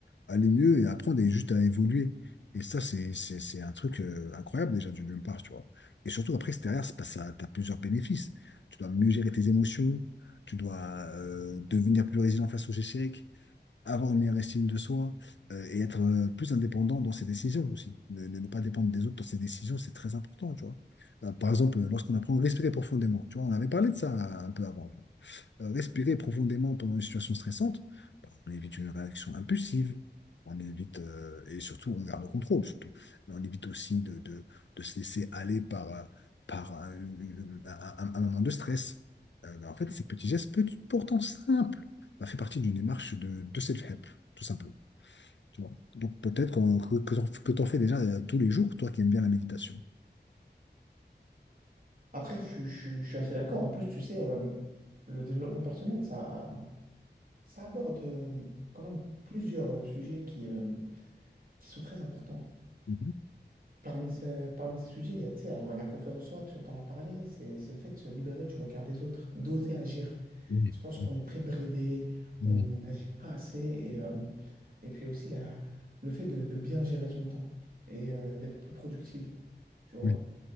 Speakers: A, on the left; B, on the right.
A: Aller mieux et apprendre et juste à évoluer. Et ça, c'est c'est- c'est un truc euh, incroyable déjà d'une part, tu vois. Et surtout, après, c'est derrière, c'est parce que tu as plusieurs bénéfices. Tu dois mieux gérer tes émotions, tu dois euh, devenir plus résilient face aux échecs, avoir une meilleure estime de soi euh, et être euh, plus indépendant dans ses décisions aussi. Ne, ne- ne pas dépendre des autres dans ses décisions, c'est très important, tu vois. Euh, par exemple, lorsqu'on apprend à respirer profondément, tu vois, on avait parlé de ça euh, un peu avant euh, respirer profondément pendant une situation stressante, bah, on évite une réaction impulsive, on évite, euh, et surtout, on garde le contrôle, surtout. Mais on évite aussi de, de, de se laisser aller par, euh, par un, un- un- un moment de stress. Euh, bah, en fait, ces petits gestes, petits- pourtant simples, bah, fait partie d'une démarche de, de self-help, tout simplement. tu vois. Donc peut-être qu'on- que, que t'en- que tu en fais déjà euh, tous les jours, toi qui aimes bien la méditation.
B: Après, je, suis je suis- je suis assez d'accord. En plus, tu sais, euh, le développement personnel, ça. Ça aborde euh, quand même plusieurs euh, sujets qui, euh, qui sont très importants.
A: Mhm.
B: Parmi ces, parmi ces sujets, il y a, tu sais, alors, la confiance en soi, tu en as parlé, c'est c'est le fait de se libérer du regard des autres, d'oser agir.
A: Oui,
B: Je pense
A: oui,
B: qu'on est très bridé,
A: oui,
B: on n'agit pas assez, et, euh, et puis aussi la, le fait de, de bien gérer son temps et euh, d'être plus productif, tu vois.
A: oui,